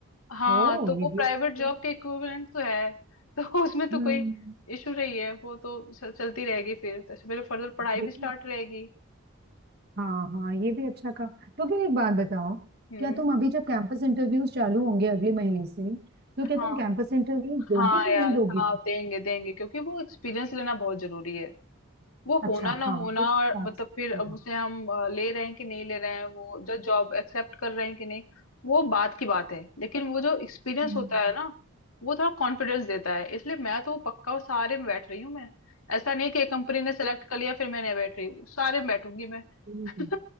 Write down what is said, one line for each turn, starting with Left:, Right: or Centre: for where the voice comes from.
Left: हाँ
Right: ओ
Left: तो
Right: ये
Left: वो
Right: भी
Left: प्राइवेट
Right: अच्छा
Left: जॉब
Right: है।
Left: के इक्विवेलेंट तो है तो <laughs> उसमें तो
Right: हम्म
Left: कोई इशू नहीं है वो तो चल- चलती रहेगी फिर तो ऐसे मेरे फर्दर पढ़ाई भी
Right: ये
Left: स्टार्ट
Right: भी
Left: रहेगी
Right: हाँ हाँ ये भी अच्छा कहा तो फिर एक बात बताओ
Left: हम्म
Right: क्या तुम अभी जब कैंपस इंटरव्यूज चालू होंगे अगले महीने से तो
Left: हाँ
Right: क्या तुम कैंपस इंटरव्यूज
Left: हाँ
Right: दोगी कि
Left: यार
Right: नहीं दोगी
Left: हाँ
Right: फिर
Left: देंगे देंगे क्योंकि वो एक्सपीरियंस लेना बहुत जरूरी है वो
Right: अच्छा
Left: होना ना
Right: हाँ
Left: होना
Right: उस
Left: और
Right: हिसाब
Left: मतलब
Right: से
Left: फिर अब उसे हम अ, ले रहे हैं कि नहीं ले रहे हैं वो जो जॉब एक्सेप्ट कर रहे हैं कि नहीं वो बात की बात है लेकिन वो जो एक्सपीरियंस
Right: हम्म।
Left: होता है ना वो थोड़ा कॉन्फिडेंस देता है इसलिए मैं तो वो पक्का सारे में बैठ रही हूँ मैं ऐसा नहीं है कि एक कंपनी ने सेलेक्ट कर लिया फिर मैं नहीं बैठ रही हूँ सारे में बैठूंगी मैं
Right: हम्म,
Left: <laughs>